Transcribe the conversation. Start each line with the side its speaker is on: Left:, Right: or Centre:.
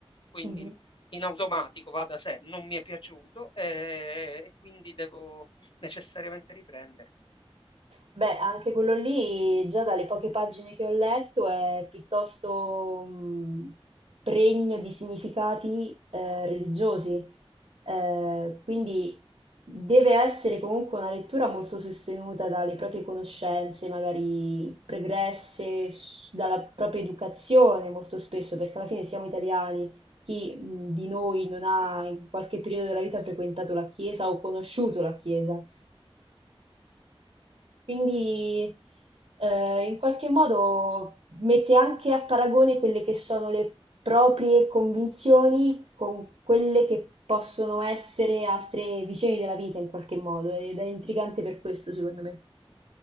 Left: quindi
Right: Mhm.
Left: in automatico va da sé, non mi è piaciuto e, e quindi devo necessariamente riprendere.
Right: Beh, anche quello lì, già dalle poche pagine che ho letto, è piuttosto mh, pregno di significati eh, religiosi, Eh, quindi deve essere comunque una lettura molto sostenuta dalle proprie conoscenze, magari pregresse, s- dalla propria educazione molto spesso, perché alla fine siamo italiani. Chi mh, di noi non ha
Left: Sì,
Right: in qualche periodo della vita frequentato la chiesa o conosciuto la chiesa? Quindi eh, in qualche modo mette anche a paragone quelle che sono le proprie convinzioni con quelle che possono essere altre visioni della vita in qualche modo ed è intrigante per questo, secondo me.